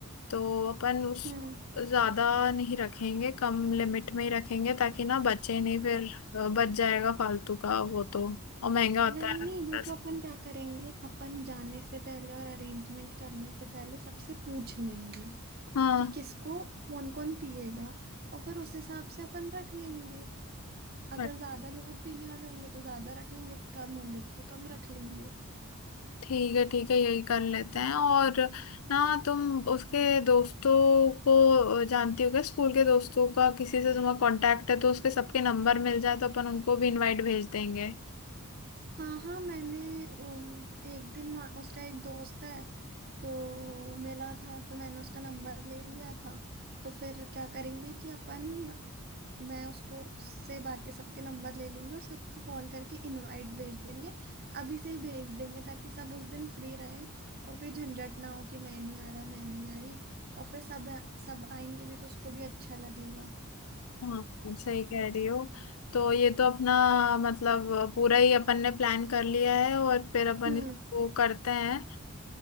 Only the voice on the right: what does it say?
हम्म
नहीं
नहीं वो
तो अपन क्या करेंगे अपन जाने से पहले और अरेंजमेंट करने से पहले सबसे पूछ लेंगे
कि किसको कौन कौन पिएगा और फिर उस हिसाब से अपन रख लेंगे
अगर ज्यादा लोग पीने वाले होंगे तो ज्यादा रख लेंगे कम होंगे तो कम रख लेंगे
हाँ हाँ मैंने उम, एक दिन मा- उसका एक दोस्त है तो मिला था तो मैंने उसका नंबर ले लिया था तो फिर क्या करेंगे कि अपन मैं उसको उससे बाकी सबके नंबर ले लूंगी और सबको कॉल करके इनवाइट भेज देंगे अभी से ही भेज देंगे ताकि सब उस दिन फ्री रहे और कोई झंझट ना हो कि मैं नहीं आ रहा मैं नहीं आ रही और फिर सब सब आएंगे भी तो उसको भी अच्छा लगेगा
हम्म